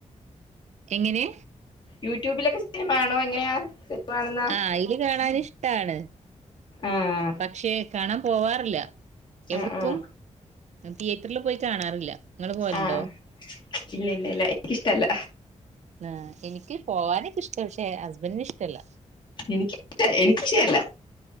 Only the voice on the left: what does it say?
യൂട്യൂബിലൊക്കെ സിനിമ ആണോ എങ്ങനെയാ സിനിമ കാണുന്ന
ആഹ്
ആഹ് ആഹ്
ആഹ് ഇല്ല ഇല്ല ഇല്ല എനിക്കിഷ്ടല്ല
എനിക്കിഷ്ട എനിക്കിഷയല്ല